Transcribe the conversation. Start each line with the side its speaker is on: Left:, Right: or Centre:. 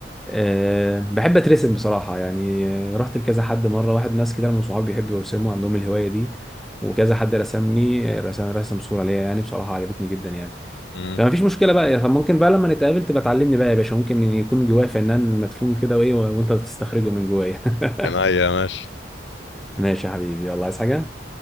Centre: أه بحب اترسم بصراحة يعني آه، رحت لكذا حد مرة واحد ناس كده من صحابي بيحبوا يرسموا عندهم الهواية دي وكذا حد رسمني آه، رسم رسم صورة ليا يعني بصراحة عجبتني جدا يعني
Left: امم
Centre: فما فيش مشكلة بقى يعني طب ممكن بقى لما نتقابل تبقى تعلمني بقى يا باشا ممكن إن يكون جوايا فنان مدفون كده وايه وانت بتستخرجه من جوايا <laughs>
Left: عينيا ماشي
Centre: ماشي يا حبيبي يلا عايز حاجة